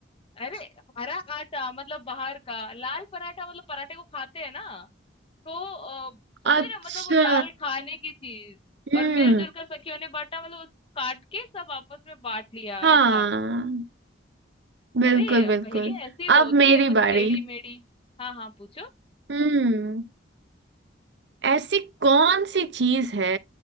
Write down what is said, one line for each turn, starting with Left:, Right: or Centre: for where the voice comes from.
Left: अरे हरा आटा मतलब बाहर का लाल पराठा मतलब पराठे को खाते हैं ना तो अ, समझ
Right: अच्छा
Left: रहे हो? मतलब वो लाल खाने की चीज
Right: हम्म
Left: और मिलजुल कर सखियों ने बांटा मतलब उसको काट के सब आपस में बांट लिया
Right: हाँ
Left: ऐसा
Right: बिल्कुल
Left: अरे
Right: बिल्कुल
Left: पहेली ऐसी तो
Right: अब
Left: होती
Right: मेरी
Left: है कुछ
Right: बारी
Left: टेढ़ी मेढ़ी हाँ हाँ पूछो
Right: हम्म ऐसी कौन सी चीज है